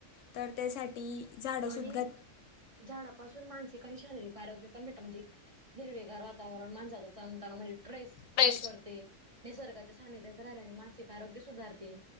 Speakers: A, on the left; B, on the right.
A: तर त्यासाठी झाड
B: आणि
A: सुद्धा
B: झाडापासून मानसिक आणि शारीरिक आरोग्य पण भेटत म्हणजे हिरवेगार वातावरण माणसाचा तणताणा म्हणजे ट्ट्रेस कमी
A: प्रेस
B: करते निसर्गाच्या सानिध्यात राहिल्याने मानसिक आरोग्य सुधारते